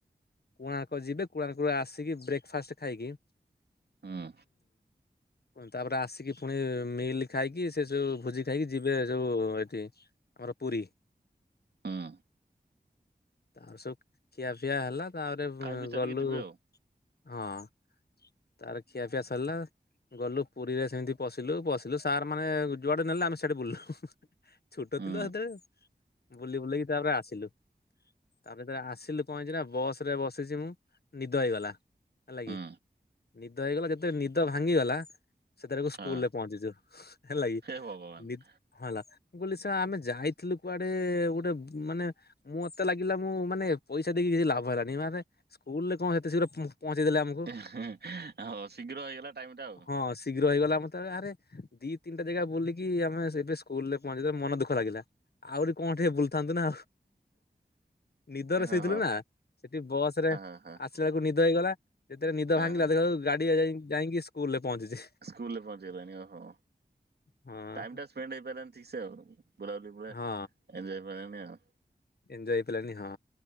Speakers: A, on the left; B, on the right.
A: କୁଣାର୍କ ଯିବେ କୁଣାର୍କ ରୁ ଆସିକି ବ୍ରେକ୍ ଫାଷ୍ଟେ ଖାଇକି
B: ହୁଁ
A: ତାପରେ ଆସିକି ପୁଣି ମିଲ୍ ଖାଇକି ସେ ଯଉ ଭୋଜି ଖାଇକି ଯିବେ ଯଉ ଏଟ୍ ଥି ଆମର ପୁରୀ।
B: ହୁଁ
A: ତାର ସବୁ ଖିଆ ପିଆ ହେଲା ତାପରେ
B: ଖାଇ ପିଇ ସାରିକି
A: ଗଲୁ
B: ଯିବେ ଆଉ
A: ହଁ। ତାର ଖିଆ ପିଆ ସରିଲା। ଗଲୁ ପୁରୀରେ ସେମିତି ପଶିଲୁ- ପଶିଲୁ ସାର୍ ମାନେ ଯୁଆଡେ ନେଲେ ଆମେ ସେଠି ବୁଲିଲୁ। ଛୋଟ
B: ହୁଁ
A: ଥିଲୁ ହେତେବେଳେ ବୁଲି ବୁଲାକି ତାପରେ ଆସିଲୁ। ତା ଭିତରେ ଆସିଲୁ କଣ ହେଇଚି ନା ବସ୍ ରେ ବସିଚି ମୁଁ ନିଦ ହେଇଗଲା ହେଲା
B: ହୁଁ
A: କିି। ନିଦ ହେଇଗଲା ଯେତେ ନିଦ ଭାଙ୍ଗିଗଲା ସେତେବେଳକୁ
B: ହଁ
A: ସ୍କୁଲ୍‌ ରେ ପହଞ୍ଚିଚୁ ହେଲାଗି।
B: ହେ ଭଗବାନ୍।
A: ହଁ ହେଲା ମୁଁ କହିଲି ସା ଆମେ ଯାଇଥିଲୁ କୁଆଡେ ଗୋଟେ ମାନେ ମୋତେ ଲାଗିଲା ମୁଁ ମାନେ ପଇସା ଦେଇକି କିଛି ଲାଭ ହେଲାନି ମାନେ ସ୍କୁଲ୍‌ ରେ କଣ ଏତେ ଶୀଘ୍ର ପହ-ପହଞ୍ଚେଇ ଦେଲେ ଆମୁକୁ।
B: ହଁ ଶୀଘ୍ର ହେଇଗଲା ଟାଇମ୍ ଟା ଆଉ।
A: ହଁ ଶୀଘ୍ର ହେଇଗଲା ମୁଁ ତାବେ ଆରେ ଦି ତିନିଟା ଜାଗା ବୁଲିକି ଆମେ ଏବେ ସ୍କୁଲ୍‌ ରେ ପହଞ୍ଚେଇଦେଲେ ମନ ଦୁଃଖ ଲାଗିଲା। ଆହୁରି କଣ ଟିକେ ବୁଲ୍ ଥାନ୍ତୁ ନା। ନିଦରେ
B: ହଁ
A: ଶୋଇଥିଲୁ
B: ହଁ
A: ନା ସେଠି ବସ୍ ରେ
B: ହଁ
A: ଆସ୍
B: ହଁ ହଁ
A: ଆସିଲାଳକୁ ନିଦ ହେଇଗଲା ଯେତେ ନିଦ ଭାଙ୍ଗିଲା
B: ହଁ
A: ଦେଖିଲାଳକୁ ଗାଡି ଯାଇଁ -ଯାଇଁକି ସ୍କୁଲ ରେ ପହଞ୍ଚିଚି।
B: ସ୍କୁଲରେ ପହଞ୍ଚେଇଲାଣି ଓହୋ
A: ହଁ
B: ଟାଇମ୍ ଟା ସ୍ପେଣ୍ଡ୍ ହେଇପାରିଲାନି ଠିକ୍ ସେ ଆଉ। ବୁଲା ବୁଲି ପରେ ଏଞୟ
A: ହଁ
B: ହେଇ ପାରିଲାନି ଆଉ।
A: ଏଞ୍ଜୟ ହେଇ ପାଇଲାନି ହଁ